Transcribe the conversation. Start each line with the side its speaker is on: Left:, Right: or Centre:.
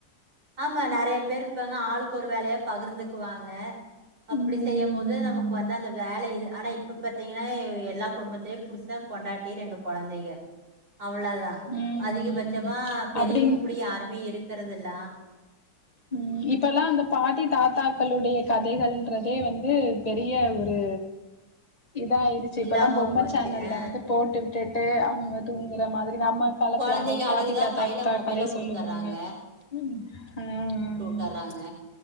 Right: ஆமா நெறைய பேர் இருப்பாங்க ஆளுக்கு ஒரு வேலையா பகிர்ந்துக்குவாங்க அப்டி
Left: ம்
Right: செய்யும் போது நமக்கு வந்து அந்த வேல இது ஆனா இப்ப பாத்தீங்கன்னா எல்லா குடும்பத்திலேயு புருசா பொண்டாட்டி ரெண்டு கொழந்தைங்க அவ்ளோதா
Left: ம்.
Right: அதிகபட்சமா பெரியவங்க
Left: அப்டின்
Right: கூட யாருமே இருக்கறது இல்ல
Left: உம் இப்பல்லா அந்த பாட்டி தாத்தாக்களுடைய கதைகள் இன்றதே வந்து பெரிய ஒரு இதயிடுச்சு
Right: இல்லாம
Left: இப்பல்லா பொம்ம
Right: போச்சு
Left: சேனல்ல
Right: ஆ
Left: வந்து போட்டுக்கிட்டு அங்க தூங்குற மாதி நம்ம காலத்துல
Right: கொழந்தைக
Left: அந்த
Right: அழுகுதா
Left: பாட்டி தாத்தாக்குத்தா
Right: கையில மொபைல
Left: கதே
Right: குடுத்தர்றாங்க
Left: சொல்லுவாங்க உஹம்
Right: ட்றாங்க